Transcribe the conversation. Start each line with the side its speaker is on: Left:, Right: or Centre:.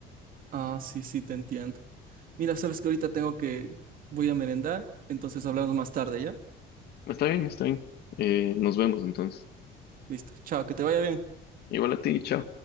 Right: Ah, sí, sí, te entiendo. Mira, sabes que ahorita tengo que, voy a merendar, entonces hablamos más tarde, ¿ya?
Left: Está bien, está bien. Eh, nos vemos entonces.
Right: Listo, chao, que te vaya bien.
Left: Igual a ti, chao.